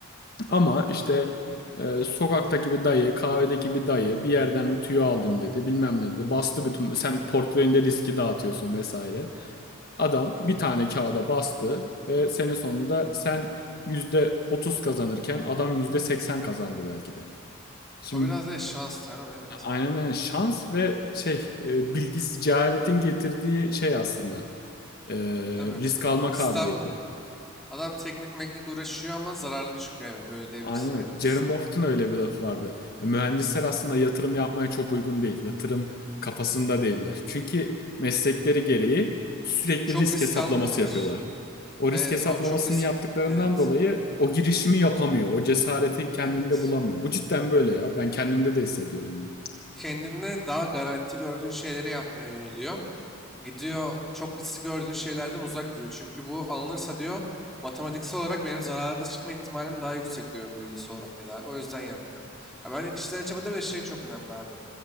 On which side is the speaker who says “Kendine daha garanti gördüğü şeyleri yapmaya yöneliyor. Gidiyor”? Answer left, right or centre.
Centre